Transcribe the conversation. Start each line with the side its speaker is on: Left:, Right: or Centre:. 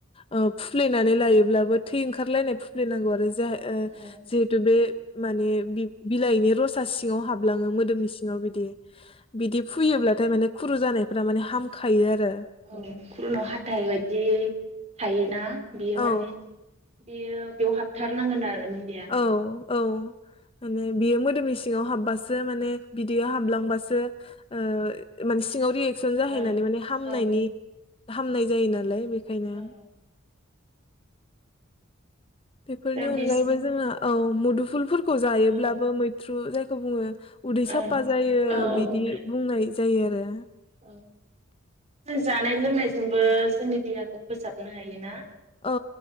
Left: औ फुफ्लेनानै लायोब्लाबो थै ओंखारलायनाय फुफ्लैनांगौ आरो जाह ओ
Right: औ
Left: जिहेटु बे माने बिलाइनि बासि यावहाबलाङो मोदोमनि सिङाव बिदि बिदि फुयोब्लाथाय माने खुरू जानाय फोरा माने हामखायो आरो।
Right: औ खुरनाव हाथाय बायदि थायोना बेयो
Left: औ
Right: माने बियो बेयाव हाबथारनांगोन आरो। मुलिया
Left: औ औ ओने। बियो मोदोमनि सिङाव हाब्बासो माने बिदैया हाबलांबासो ओ मोनसिङाव रि <unintelligible> जाहैनानै
Right: औ
Left: माने हामनायनि
Right: औ
Left: हामनाय जायो नालाय बे खायनो।
Right: औ
Left: बेफोरनि
Right: दा
Left: अनगायैबो
Right: बिसिम
Left: जोंङो औ। मुदुफुलफोर खौ जायोब्लाबो
Right: औ
Left: मैथ्रु जाय खौ बुङो। उदै
Right: ओं
Left: साफा जायो
Right: औ
Left: बिदि बुंनाय जायो आरो।
Right: <inaudible> जानाय लोंनायजोंबो जोंनि देहाखौ फोसाबनो हायोना?
Left: औ